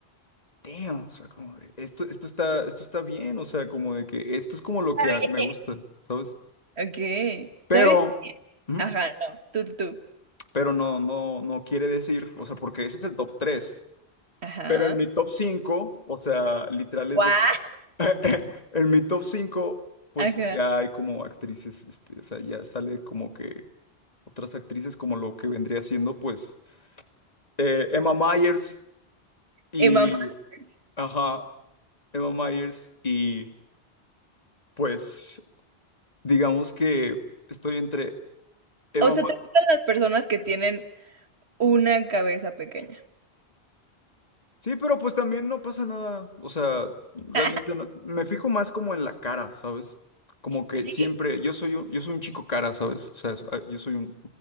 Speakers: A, on the left (about 40°); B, on the right (about 75°).
A: damn, o sea, como de, esto, esto está, esto está bien, o sea, como de que esto es como lo que
B: Está
A: a- me gusta, ¿sabes?
B: bien. Ok.
A: Pero,
B: ¿Sabes?
A: ujú,
B: Ajá, no. Tú, tú, tú.
A: pero no, no, no quiere decir, o sea, porque ese es el top tres
B: Ajá.
A: Pero en mi top 5, o sea, literal
B: Guau.
A: es de que... <laughs> En mi top 5, pues
B: Ajá.
A: ya hay como actrices, este, o sea, ya sale como que otras actrices como lo que vendría siendo, pues, eh, Emma Myers y...
B: Emma Myers.
A: Ajá, Emma Myers y pues digamos que estoy entre... Emma
B: O sea, ¿te gustan las personas que tienen una cabeza pequeña?
A: Sí, pero pues también no pasa nada. O sea, realmente
B: <laughs>
A: no- me fijo más como en la cara, ¿sabes? Como que
B: Sí.
A: siempre, yo soy un, yo soy un chico cara, ¿sabes? O sea, es- ah, yo soy un